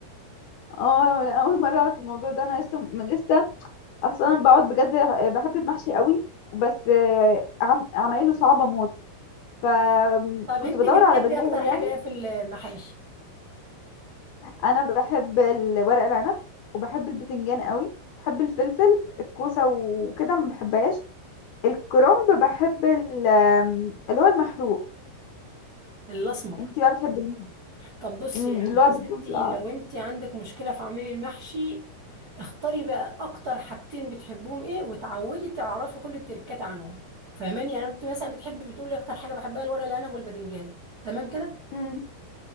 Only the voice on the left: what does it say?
اه لا، اول مره اعرف الموضوع ده انا لسه من لسه اصلا أنا بقعد بجد آه، بحب المحشي
قوي بس آه، عم... عمايله صعبه موت فكنت
بدور
على بدائل
يعني
انا بحب ال- ورق العنب وبحب البتنجان قوي بحب الفلفل الكوسه وكده ما بحبهاش الكرنب بحب ال... آم، اللي هو المحروق
انتي بقى بتحبي مين؟
مم،
اللي
هو بيكون
في العرض
مم،